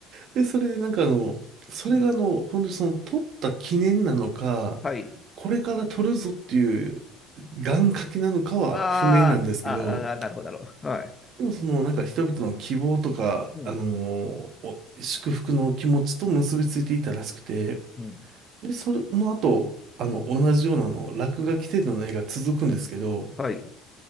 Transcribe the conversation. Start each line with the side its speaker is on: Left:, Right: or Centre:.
Right: で、それでなんかあの、それがあの、
Left: うん
Right: 本当にその撮った記念なのか、
Left: はい。
Right: これから撮るぞっていう願掛けなのかは不明なんですけど、
Left: あーあー、あーなるほど、なるほど。はい。
Right: でもそのなんか人々の希望とか、
Left: うん。
Right: あのお祝福の気持ちと結びついていたらしくて、
Left: うん。
Right: で、その後、あの、同じようなあの落書き程度の絵が続くんですけど、
Left: はい。